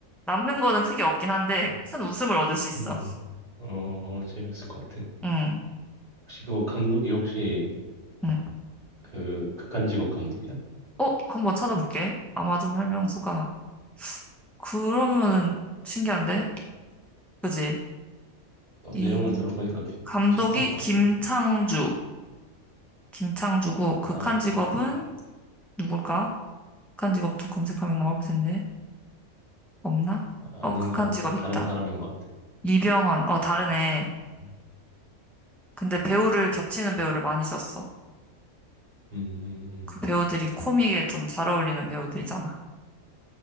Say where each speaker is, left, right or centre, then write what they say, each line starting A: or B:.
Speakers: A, in the centre; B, on the right.
A: 남는 거는 크게 없긴 한데
B: 어,
A: 큰 웃음을 얻을 수 있어.
B: 음, 음. 어, 어, 재밌을 것 같아.
A: 응,
B: 혹시 그거 감독이 혹시
A: 응.
B: 그 극한직업 감독이야?
A: 어, 한번 찾아볼게. 아마존 설명서가 그러면은 신기한데? 그지?
B: 어,
A: 이
B: 내용을 들어보니까 비,
A: 감독이
B: 비슷할 것
A: 김창주,
B: 같은데.
A: 김창주고 극한
B: 아,
A: 직업은 누굴까? 극한 직업도 검색하면 나올 텐데 없나?
B: 아,
A: 어,
B: 아닌
A: 극한
B: 것
A: 직업
B: 같아.
A: 있다.
B: 다른 사람인 것 같아.
A: 이병헌, 어 다르네.
B: 음,
A: 근데 배우를 겹치는 배우를 많이 썼어.
B: 음, 음.
A: 그 배우들이 코믹에 좀 잘 어울리는 배우들이잖아.